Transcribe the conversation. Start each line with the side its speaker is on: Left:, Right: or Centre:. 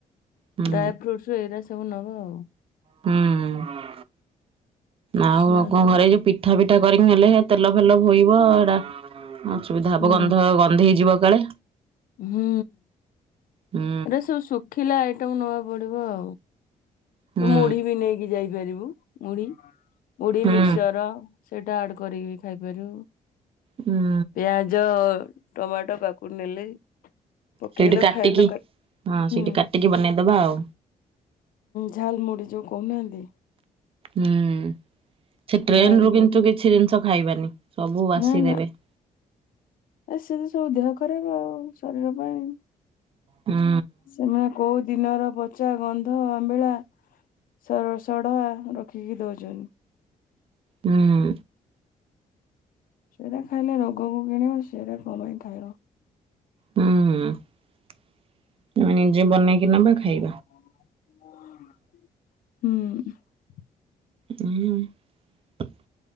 Right: ହୁଁ
Left: ଡ୍ରାଏ ଫ୍ରୁଟୁ ଏଇଗା ସବୁ ନବା ଆଉ
Right: ହୁଁ ଆଉ
Left: ସ୍ନା
Right: କଣ
Left: କ୍ସ
Right: ଘରେ ଯୋଉ ପିଠା କରିକି ହେଲେ ତେଲ ଫେଲ ବୋଇବ ଏଇଟା ଅସୁବିଧା ହବ
Left: ହୁଁ,
Right: ଗନ୍ଧ ଗନ୍ଧେଇଯିବ କଳେ
Left: ହୁଁ
Right: ହୁଁ
Left: ରେ ସବୁ ଶୁଖିଲା ଆଇଟମ ନବାକୁ ପଡିବ ଆଉ
Right: ହୁଁ
Left: ତୁ ମୁଢି ବି ନେଇକି ଯାଇପାରିବୁ ମୁଢି ମୁଢି
Right: ହୁଁ
Left: ମିକ୍ସଚର ସେଇଟା ଆଡ କରିକି ଖାଇପାରିବ
Right: ହୁଁ
Left: ପିଆଜ ଟମାଟୋ କାକୁଡି ନେଲେ ପକେଇଲ
Right: ସେଇଠି କାଟିକି
Left: ଖାଇଲ କା
Right: ହଁ
Left: ହୁଁ
Right: ସେଇଠି କାଟିକି ବନେଇଦବା ଆଉ
Left: ଝାଲ ମୁଢ଼ି ଯୋଉ କହୁନାହାନ୍ତି
Right: ହୁଁ ସେ ଟ୍ରେନ
Left: ଝାଲମୁଢି
Right: ରୁ କିନ୍ତୁ କିଛି ଜିନିଷ ଖାଇବାନି । ସବୁ ବାସି
Left: ନା
Right: ଦେବେ
Left: ନା
Right: ।
Left: ଏ ସେତ ସବୁ ଦେହ ଖରାପ ଶରୀର ପାଇଁ
Right: ହୁଁ
Left: ସେମାନେ କୋଉ ଦିନର ପ ଚା ଗନ୍ଧ ଆମ୍ବିଳା ଷଡ଼ ସଡଆ ରଖିକି ଦଉଛନ୍ତି
Right: ହୁଁ
Left: ସେରା ଖାଇଲେ ରୋଗକୁ କିଣିବା ସେରା କ ପାଇଁ ଖାଇବ
Right: ହୁଁ ଆମେ ନିଜେ ବନେଇକି ନବା ଖାଇ
Left: ହୁଁ
Right: ହୁଁ